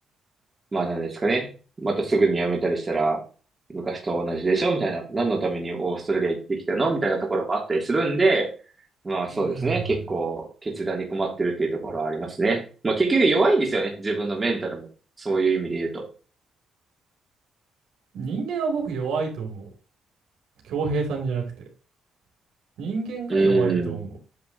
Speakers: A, on the right (about 20°); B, on the right (about 80°).
A: まあなんですかね。またすぐに辞めたりしたら、昔と同じでしょみたいな。何のためにオーストラリア行ってきたのみたいなところもあったりするんで、まあそうですね。
B: うん。
A: 結構決断に困ってるっていうところはありますね。まあ結局弱いんですよね。自分のメンタルも。そういう意味で言うと。
B: 人間は僕弱いと思う。恭平さんじゃなくて。人間が弱いと思う。
A: うん。